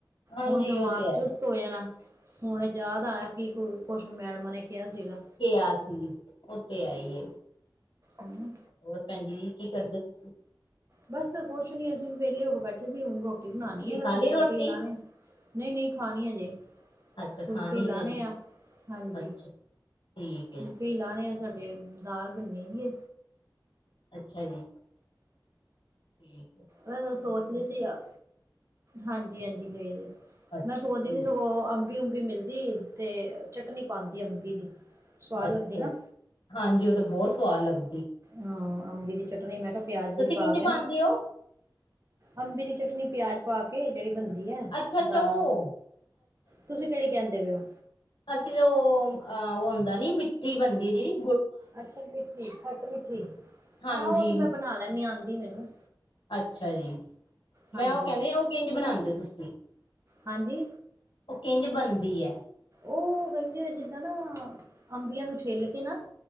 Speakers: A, on the left (about 85°); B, on the right (about 35°).
A: ਹਾਂਜੀ
B: ਹੁਣ ਦਿਮਾਗ
A: ਉਹ ਤੇ ਹੈ
B: ਚੁਸਤ ਹੋ ਜਾਣਾ ਹੁਣ ਯਾਦ ਆਣਾ ਕਿ ਕੁਛ ਮੈਡਮਾਂ ਨੇ ਕਿਹਾ ਸੀਗਾ।
A: ਕਿਹਾ ਸੀ ਉਥੇ ਆਈਏ।
B: ਹਨਾ
A: ਹੋਰ ਭੈਣਜੀ ਜੀ ਕੀ ਕਰਦੇ ਹੋ ਤੁਸੀਂ।
B: ਬਸ ਕੁਛ ਨੀ ਅਸੀਂ ਵੀ ਵਿਹਲੇ ਹੋ ਕੇ ਬੈਠੇ ਸੀ ਊਗੋ ਰੋਟੀ ਬਣਾਉਣੀ ਹੈ ਬੈਸ
A: ਖਾ ਲਈ
B: ਫੁਲਕੇ
A: ਰੋਟੀ
B: ਹੀ ਲਾਣੇ ਨਹੀਂ ਨਹੀਂ ਖਾਣੀ ਹਜੇ।
A: ਅੱਛਾ
B: ਫੁਲਕੇ
A: ਖਾਣੀ
B: ਈ ਲਾਣੇ
A: ਹੈ ਜੀ
B: ਆ ਹਾਂਜੀ
A: ਅੱਛਾ ਠੀਕ ਹੈ
B: ਫੁਲਕੇ
A: ਜੀ
B: ਹੀ ਲਾਣੇ ਆ ਸਾਡੇ। ਦਾਲ ਬਣ ਦੀ ਆ
A: ਅੱਛਾ ਜੀ ।
B: ਮੈਂ ਸੋਚਦੀ ਸੀ ਆ ਹਾਂਜੀ ਹਾਂਜੀ ਗਏ
A: ਅੱਛਾ
B: ਮੈਂ ਸੋਚਦੀ
A: ਠੀਕ
B: ਸੀ ਸਗੋਂ। ਅੰਬੀ ਅੰਬੀ ਮਿਲਦੀ ਏ ਤੇ ਚਟਨੀ ਪਾਉਂਦੀ ਅੰਬੀ ਦੀ। ਸਵਾਦ
A: ਅੱਛਾ
B: ਲੱਗਦੀ ਨਾ
A: ਹਾਂਜੀ ਉਹ ਤਾਂ ਬਹੁਤ ਸਵਾਦ ਲੱਗਦਾ।
B: ਹਾਂ ਅੰਬੀ ਦੀ ਚਟਨੀ ਮੈਂ ਕਿਹਾ ਪਿਆਜ਼ ਪਊਜ਼
A: ਤੁਸੀਂ
B: ਪਾ
A: ਕਿੰਝ
B: ਕੇ
A: ਪਾਉਂਦੇ
B: ਨਾ।
A: ਹੋ
B: ਅੰਬੀ ਦੀ ਚਟਨੀ ਪਿਆਜ ਪਾ ਕੇ ਜਿਹੜੀ ਬੰ
A: ਅੱਛਾ ਅੱਛਾ
B: ਦਾਲ
A: ਉਹ
B: ਤੁਸੀਂ ਕਿਹੜੀ ਕਹਿੰਦੇ ਪਏ ਹੋ।
A: ਅੱਸੀਂ ਤੇ ਉਹ ਅਹ ਉਹ ਹੁੰਦਾ ਨੀ ਮਿੱਠੀ ਬਣਦੀ ਹੈ ਜੇਹੜੀ।
B: ਅੱਛਾ ਮਿੱਠੀ ਖੱਟ ਮਿੱਠੀ
A: ਹਾਂਜੀ
B: ਆਹ ਉਹ ਤੇ ਮੈਂ ਬਣਾ ਲੈਨੀ ਆਉਂਦੀ ਮੈਨੂੰ।
A: ਅੱਛਾ ਜੀ
B: ਹਾਂਜੀ
A: ਮੈਂ ਉਹ ਕਹਿੰਦੇ ਉਹ ਕਿੰਝ ਬਣਾਉਂਦੇ ਤੁਸੀਂ।
B: ਹਾਂਜੀ।
A: ਉਹ ਕਿੰਝ ਬਣਦੀ ਹੈ।
B: ਓ ਕੇਂਦੇ ਜਿੱਦਾਂ ਨਾ ਅੰਬੀਆਂ ਨੂੰ ਛਿੱਲ ਕੇ ਨਾ।